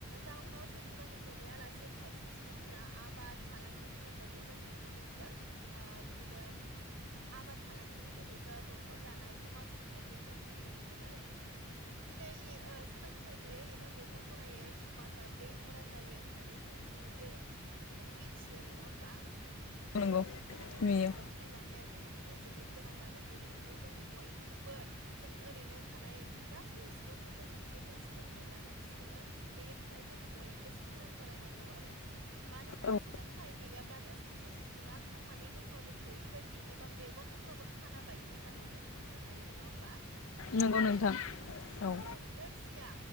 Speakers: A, on the right; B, on the left.
A: जाउनाव साख्रि बाख्रिखौ नेयालासे खायसे सुबुंफोरा आबाद फालांगि खालामनायखौ जों नुनो मोनदों। ओ बिदिनो आबाद फालांगिनि जोहैबो न'खर दानाय, समाज खुंनायखौ जों नुनो मोन्दों आरो। दिनै ले ओ सोलोंथाइ गैयै एबा लेखा फरायै समाजा बेंगुरा जायो होननानै जों नुयो जों मिथियो नङा होमबा?
B: नंगौ
A: बेनिखायनो
B: नुयो
A: सोलों थाइ लानाया जोंनि थाखाय जोबोद गोनां आरो। बेनिखायनो जों बयखौबो जों ओरैनो थानाय गासै सुबुंफोरखौ जाहाथे जों सोलोंथाइ लानो थुसोमो बेनि थाखाय जों बयबो सांग्रां जालायनांगौ आरो। मानोना
B: औ
A: सोलोंथाइ गैयाब्लानो सासे सुबुङा थांनानै दंब्लाबो गैयि बायदि एबा मेगन दंब्लाबो खाना बायदि होननानै जों बुंनो हायो नङा होमबा?
B: नंगौ नोंथां, औ।
A: औ नोरजिया